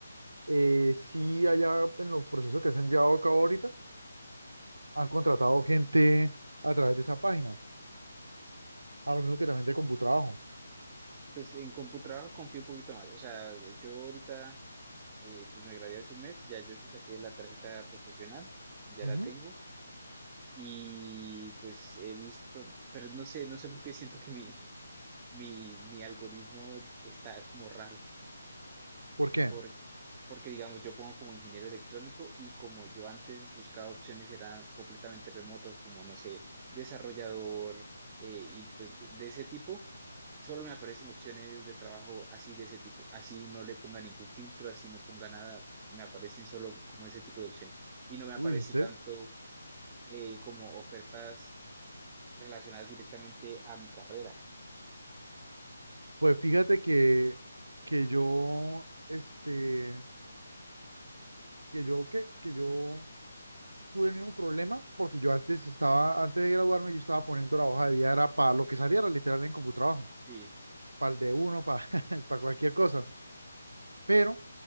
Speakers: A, on the right; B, on the right.
A: eh, sí allá en los procesos que se han llevado a cabo ahorita, han contratado gente a través de esa página, a lo mismo que también de Computrabajo.
B: Pues en CompuTrabajo confío un poquito más. O sea, yo ahorita eh, pues me gradué hace un mes, ya yo sí saqué la tarjeta profesional, ya
A: Ujú.
B: la tengo y pues he visto, pero no sé, no sé por qué siento que mi, mi, mi algoritmo está como raro
A: ¿Por qué?
B: por- porque digamos, yo pongo como ingeniero electrónico y como yo antes buscaba opciones eran completamente remotas, como no sé, desarrollador eh, y pues de de ese tipo, solo me aparecen opciones de trabajo así de ese tipo, así no le ponga ningún filtro, así no ponga nada, me aparecen solo como ese tipo de opciones y no me aparece
A: Uy, ¿en serio?
B: tanto eh, como ofertas relacionadas directamente a mi carrera.
A: Pues fíjate que, que yo, este, que yo, ¿qué? Que yo tuve el mismo problema porque yo antes estaba, antes de graduarme, yo estaba poniendo la hoja de vida, era para lo que saliera literal en Computrabajo,
B: Sí.
A: para el de uno, para, <laughs> para cualquier cosa. Pero